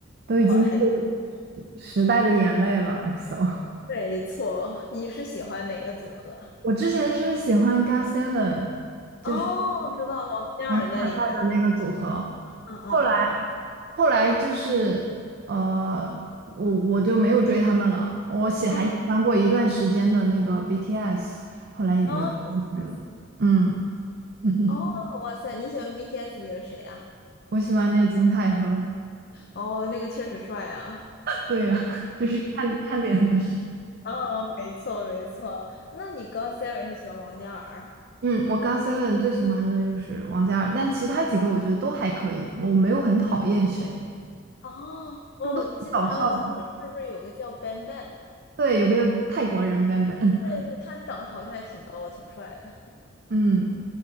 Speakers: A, on the right; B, on the left.
A: 都已经是
B: 好还。
A: 时代的眼泪了，EXO。
B: 没错，你是喜欢哪个组合？
A: 我之前是喜欢 GOT7，就是
B: 哦，知道王嘉尔在里面。
A: 王太太的那个组合，
B: 嗯嗯嗯嗯
A: 后来后来就是呃，我我就没有追他们了。我喜还喜欢过一段时间的那个
B: 嗯，
A: BTS，后来也没有追了。
B: 哦 b T S
A: 嗯，<laughs>
B: 哦，哇塞，你喜欢 BTS 里的谁啊？
A: 我喜欢那个金泰亨。
B: 哦，那个确实帅啊。
A: <laughs> 对呀、<laughs> 就是看看脸的事。
B: 哦，没错没错。那你 g o e n 是喜欢王嘉尔？
A: 嗯，我 GOT7 最喜欢的就是王嘉尔，但其他几个我觉得都还可以，我没有很讨厌谁，
B: 哦，哦，
A: 他们都挺搞笑的。
B: 我记得他们组合是不是有个叫 Bang Bang 的？
A: 对，有个泰国人 Ban Ban，
B: 对，对他长得好像还挺高，挺帅的。
A: <laughs> 嗯。